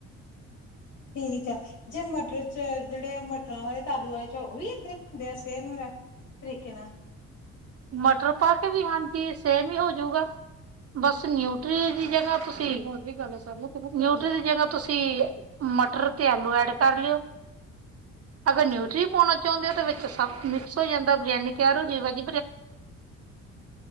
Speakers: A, on the left; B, on the right.
A: ਠੀਕ ਆ ਜੇ ਮਟਰ 'ਚ ਜਿਹੜੇ ਆ ਮਟਰਾਂ ਵਾਲੇ ਤਾਲੂ ਵਾਲੇ ਚੋਲ ਉਹਵੀ ਏਦਾਂ ਹੀ ਬਣਦੇ ਆਹ ਸੇਮ ਹੈ ਤਰੀਕੇ ਨਾਲ।
B: ਮਟਰ ਪਾ ਕੇ ਵੀ ਹਾਂਜੀ ਸੇਮ ਹੀ ਹੋਜੂਗਾ। ਬਸ ਨਿਊਟਰੀ ਦੀ ਜਗ੍ਹਾ ਤੁਸੀਂ <unintelligible> ਨਿਊਟਰੀ ਦੀ ਜਗ੍ਹਾ ਤੁਸੀਂ ਮਟਰ ਤੇ ਆਲੂ ਐਡ ਕਰ ਲਿਓ, ਅਗਰ ਨਿਊਟਰੀ ਪਾਉਣਾ ਚਾਹੁੰਦੇ ਓ ਵਿੱਚ ਸਭ ਮਿਕਸ ਹੋ ਜਾਂਦਾ ਬਰਿਆਨੀ ਤਿਆਰ ਹੋ ਜਾਵੇ ਜ
A: <inaudible>